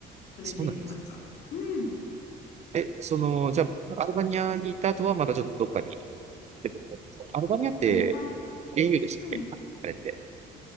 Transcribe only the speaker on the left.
それで行きました。
うん。
アルバニ
ア、はい。